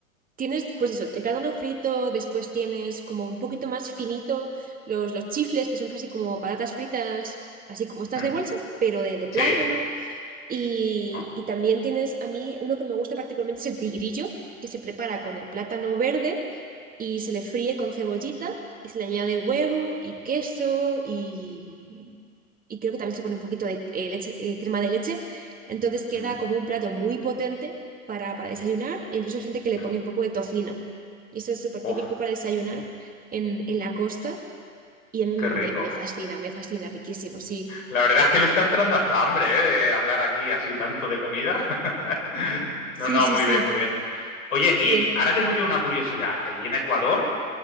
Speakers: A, on the right; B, on the left.
A: tienes, pues eso, el plátano frito, después tienes como un poquito más finito los, los chifles, que son casi como patatas fritas, así como estas
B: Mm.
A: de bolsa, pero de, de plátano.
B: Sí,
A: Y,
B: ¿no?
A: y también tienes, a mí, uno que me gusta particularmente es el tigrillo, que se prepara con el plátano verde y se le fríe con cebollita y se le añade huevo y queso y, y creo que también se pone un poquito de eh, leche- eh, crema de leche. Entonces queda
B: Mm,
A: como un plato muy potente para, para desayunar e incluso hay gente que le
B: mm.
A: pone un poco de tocino. Y eso es súper
B: Uf,
A: típico para desayunar en, en la costa y a mí me,
B: qué rico.
A: me fascina, me fascina, riquísimo, sí.
B: La verdad es que me está entrando hasta hambre, ¿eh? de hablar aquí así tanto de comida. <laughs>
A: Sí,
B: No, no,
A: sí,
B: muy
A: sí.
B: bien, muy bien. Oye, y
A: Y en-
B: ahora tengo yo una curiosidad. Allí en Ecuador,